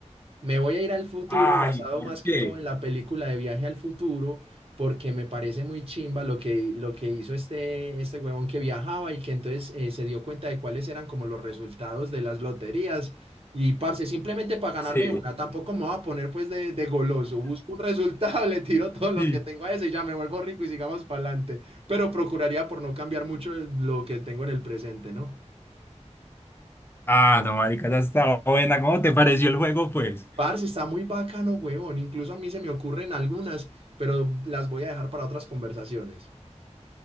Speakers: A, on the right (about 50°); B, on the left (about 20°).
A: Me voy a ir al futuro,
B: Ay,
A: <laughs> basado
B: ¿por
A: más que
B: qué?
A: todo en la película de Viaje al Futuro, porque me parece muy chimba lo que, lo que hizo este, este huevón que viajaba y que entonces eh, se dio cuenta de cuáles eran como los resultados de las loterías. Y parce, simplemente para ganarme
B: Sí,
A: una, tampoco me voy a poner pues de, de goloso. Busco un resultado, <laughs> le tiro todo lo
B: sí.
A: que tengo a ese y ya me vuelvo rico y sigamos para adelante. Pero procuraría por no cambiar mucho lo que tengo en el presente, ¿no?
B: Ah, no, marica, esa está buena. ¿Cómo te pareció el juego, pues?
A: Parce, está muy bacano, huevón. Incluso a mí se me ocurren algunas, pero las voy a dejar para otras conversaciones.